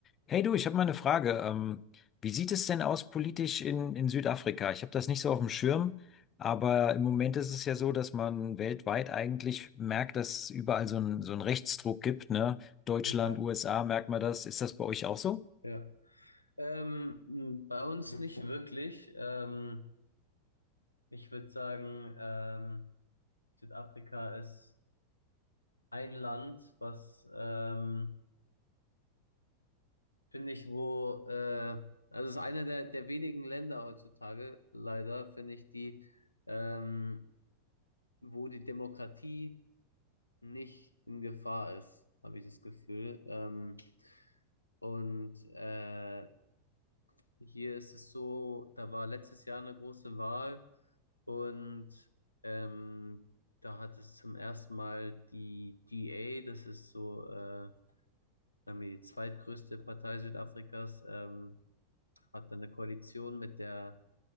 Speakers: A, on the left; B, on the left.
A: Hey du, ich habe mal eine Frage. Ähm, wie sieht es denn aus politisch in, in Südafrika? Ich habe das nicht so auf dem Schirm, aber im Moment ist es ja so, dass man weltweit eigentlich merkt, dass es überall so einen so einen Rechtsdruck gibt, ne? Deutschland,
B: Ja,
A: USA, merkt man das. Ist das bei euch auch so?
B: ja. Ähm, m, bei uns nicht wirklich. Ähm, ich würde sagen, ähm, Südafrika ist ein Land, was, ähm, finde ich, wo, äh, also es ist eine der, der wenigen Länder heutzutage, leider, finde ich, die, ähm, wo die Demokratie nicht in Gefahr ist, habe ich das Gefühl. Ähm, und äh, Hier ist es so, da war letztes Jahr eine große Wahl und ähm, da hat es zum ersten Mal die DA, das ist so äh, sagen wir die zweitgrößte Partei Südafrikas, ähm, hat dann eine Koalition mit der